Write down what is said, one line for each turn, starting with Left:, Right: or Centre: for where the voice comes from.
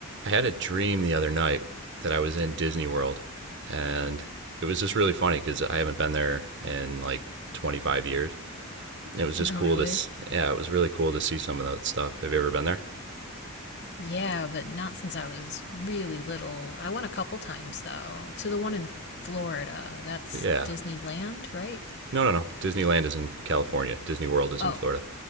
Right: I had a dream the other night that I was in Disney World, and it was just really funny because I haven't been there in like 25 years. It was just
Left: Oh,
Right: cool
Left: really?
Right: to, yeah, it was really cool to see some of that stuff. Have you ever been there?
Left: Yeah, but not since I was really little. I went a couple times, though, to the one in Florida. That's
Right: Yeah.
Left: Disneyland, right?
Right: No, no, no. Disneyland is in California. Disney World is
Left: Oh,
Right: in Florida.